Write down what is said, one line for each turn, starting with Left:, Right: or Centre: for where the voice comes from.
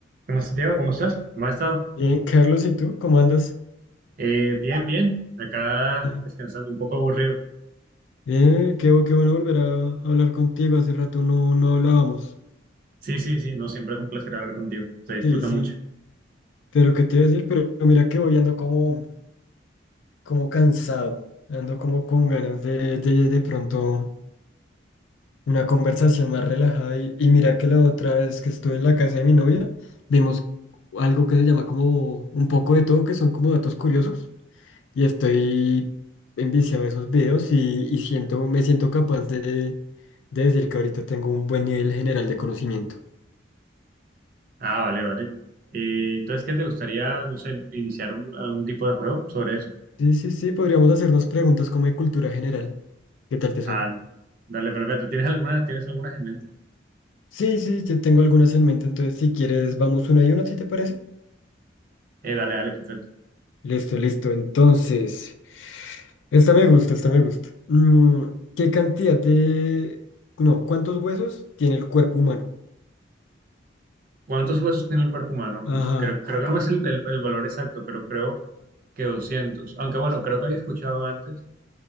Right: ¿Qué más, Santiago? ¿Cómo estás? ¿Cómo has estado?
Left: Bien, Carlos, ¿y tú? ¿Cómo andas?
Right: Eh, bien, bien. Acá
Left: Bien,
Right: descansando, un poco aburrido.
Left: bien, qué, bu- qué bueno volver a hablar contigo. Hace rato no, no hablábamos.
Right: Sí, sí, sí. No, siempre es un placer hablar contigo. Se disfruta
Left: Sí, sí.
Right: mucho.
Left: Pero qué te iba a decir, pero mira que voy ando como, como cansado. Ando como con ganas de, de, de pronto una conversación más relajada. Y, y mira que la otra vez que estuve en la casa de mi novia, vimos algo que se llama como un poco de todo, que son como datos curiosos. y estoy enviciado de esos videos y, y siento, me siento capaz de, de decir que ahorita tengo un buen nivel general de conocimiento.
Right: Ah, vale, vale. Eh, entonces, ¿qué te gustaría, no sé, iniciar un, algún tipo de juego sobre eso?
Left: Sí, sí, sí, podríamos hacernos preguntas como de cultura general. ¿Qué tal te suena?
Right: Ah, dale, perfecto. ¿Tienes alguna, tienes algunas en mente?
Left: Sí, sí, yo tengo algunas en mente, entonces si quieres vamos una y una, si te parece?
Right: Eh, dale, dale, perfecto.
Left: Listo, listo. Entonces, esta me gusta, esta me gusta. Mm, ¿qué cantidad de... No, ¿cuántos huesos tiene el cuerpo humano?
Right: ¿Cuántos huesos tiene el cuerpo humano?
Left: Ajá.
Right: Uf, creo, creo que no es el, el- el valor exacto, pero creo que 200. Aunque bueno, creo que había escuchado antes